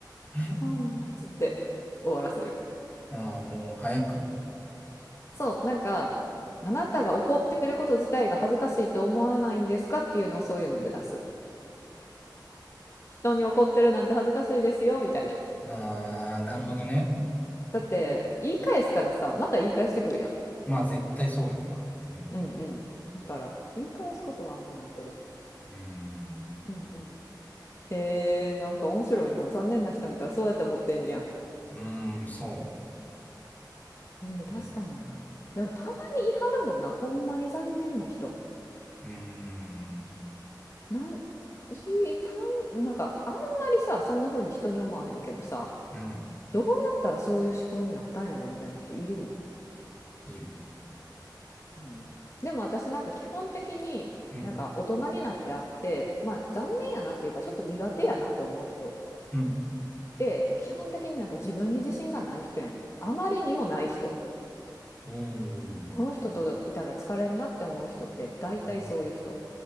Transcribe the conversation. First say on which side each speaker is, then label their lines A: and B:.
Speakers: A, on the left; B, on the left.
A: <laughs>
B: はーい、つって終わらせる。
A: ああ、もう早く。
B: そう、なんか、あなたが怒ってること自体が恥ずかしいと思われないんですかっていうのをそういうので出す。人に怒ってるなんて恥ずかしいですよ、みたいな。
A: ああ、なるほどね。
B: だって、言い返したらさ、また言い返してくるやん。
A: まあ絶対そうやんな。うん。
B: うんうん。だから、言い返すことはあんまないけど。
A: うん。
B: うんうん。へえ、なんか面白いな。残念な人見たらそうやって思ってんねや。
A: うん、そ
B: えー確かにな。
A: う。うん
B: でもたまに言い張るもんな。ほんまに残念な人。
A: うーん。
B: なん、いたん、なんかあんまりさ、そんな風に人に思わへんけどさ、
A: うん。
B: どうやったらそういう思考になったんやろみたいな人いるもん。
A: いる。
B: うんでも私なんか基本的になんか大人になってあって、
A: うん。
B: まあ残念やなっていうかちょっと苦手やなって思う人っ
A: うん。
B: て基本的になんか自分に自信がない人やねん。あまりにもない人。
A: うーん。
B: この人といたら疲れんなって思う人って大体そういう人
A: うん。